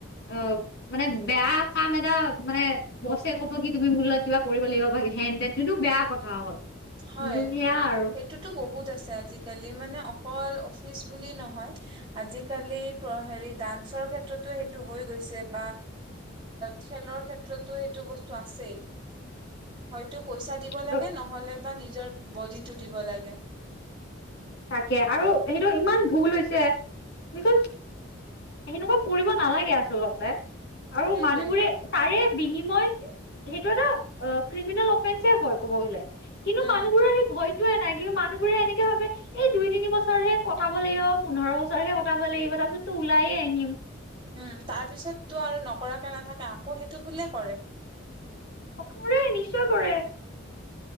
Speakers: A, on the left; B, on the right.
A: অ' মানে বেয়া কাম এটা মানে বছে ক'ব কি তুমি মূলত কিবা কৰিব লাগিব হেন তেন কিন্তু বেয়া কথা হয়।
B: হয়,
A: যোনটো সেয়া আৰু
B: সেইটোতো বহুত আছে আজিকালি। তেলি মানে অকল অফিচ বুলি নহয় আজি কালি ডান্সৰ ক্ষেত্ৰতো ত' সেইটো হৈ গৈছে বা খেলৰ ক্ষেত্ৰতো সেইটো বস্তু আছেই। হয়তো পইচা দিব লাগে
A: ত
B: নহলে বা নিজৰ বডিটো দিব লাগে।
A: তাকে আৰু সেইটো ইমান ভুল হৈছে বিকজ সেনেকুৱা কৰিব নালাগে আচলতে আৰু
B: সেইটোৱে
A: মানুহবোৰে তাৰে বিনিময়ত সেইটো এটা অ' ক্ৰেমিনেল অফেন্স হয় ক'ব গ'লে। কিন্তু
B: উম,
A: মানুহবোৰৰ সেই ভয়তোৱে নাই কিন্তু মানুহবোৰে এনেকে ভাবে এই দুই তিনি বছৰহে কটাব লাগিব, পোন্ধৰ বছৰহে কটাব লাগিব, তাৰ পিছত তো ওলাইয়ে আহিম।
B: উম, তাৰ পিছততো আৰু নকৰাকে নাথাকে আকৌ সেইটো ভুলে কৰে।
A: অ' কৰে, নিশ্চয় কৰে।